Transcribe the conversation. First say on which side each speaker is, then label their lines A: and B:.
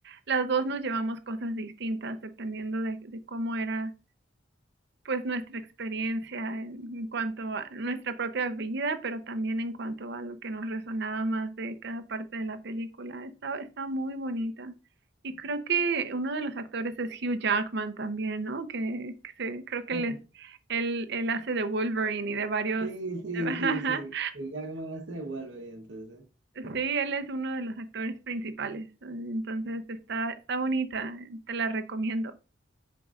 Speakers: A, on the right; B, on the right.
A: las dos nos llevamos cosas distintas dependiendo de, de cómo era pues nuestra experiencia en, en cuanto a nuestra propia vida, pero también en cuanto a lo que nos resonaba más de cada parte de la película. Está, está muy bonita. Y creo que uno de los actores es Hugh Jackman también, ¿no? Que, que se, creo
B: Ok.
A: que él, es- él, él hace de Wolverine y de varios...
B: Sí, <laughs> sí,
A: <laughs>
B: sí, sí. Y ya como se devuelve entonces.
A: Sí, él es uno de los actores principales. Entonces está, está bonita, te la recomiendo.